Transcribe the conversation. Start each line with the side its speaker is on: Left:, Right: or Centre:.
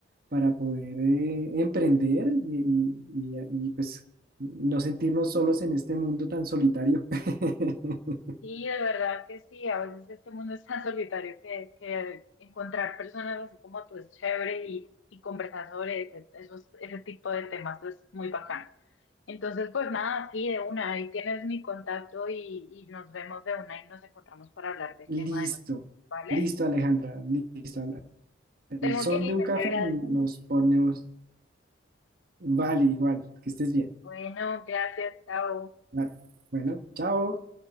Right: para poder eh, emprender y, y- y- y, pues no sentirnos solos en este mundo tan solitario. <laughs>
Left: Sí, de verdad que sí, a veces este mundo es tan solitario que, que encontrar personas así como tú es chévere y, y conversar sobre ese- esos, ese tipo de temas es muy bacán. Entonces, pues nada, sí, de una, ahí tienes mi contacto y, y nos vemos de una y nos encontramos para hablar del
Right: Listo,
Left: tema de nuevo, ¿vale?
Right: listo Alejandra, listo. Al al
Left: Tengo
Right: son
Left: que
Right: de
Left: irme,
Right: un café
Left: te agradezco
Right: nos
Left: mucho.
Right: ponemos, vale, igual, que estés bien.
Left: Bueno, gracias, chao.
Right: Vale. Bueno, chao.